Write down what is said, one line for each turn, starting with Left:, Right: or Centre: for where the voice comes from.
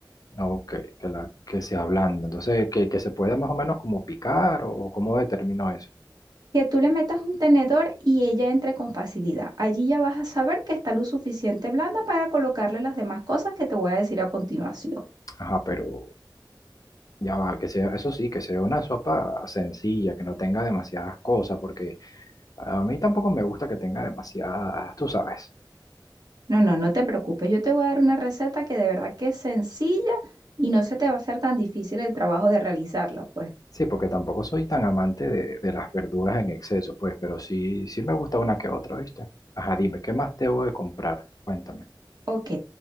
Left: Ah, Ok, que, la, que se ablanda. Entonces, que, que se pueda más o menos como picar o, o cómo determino eso.
Right: Que tú le metas un tenedor y ella entre con facilidad. Allí ya vas a saber que está lo suficiente blanda para colocarle las demás cosas que te voy a decir a continuación.
Left: Ajá, pero ya va, que sea, eso sí, que sea una sopa sencilla, que no tenga demasiadas cosas, porque a mí tampoco me gusta que tenga demasiadas, tú sabes.
Right: No, no, no te preocupes. Yo te voy a dar una receta que de verdad que es sencilla y no se te va a hacer tan difícil el trabajo de realizarla, pues.
Left: Sí, porque tampoco soy tan amante de, de las verduras en exceso, pues, pero sí, sí me gusta una que otra, ¿viste? Ajá, dime, ¿qué más debo de comprar? Cuéntame.
Right: Ok,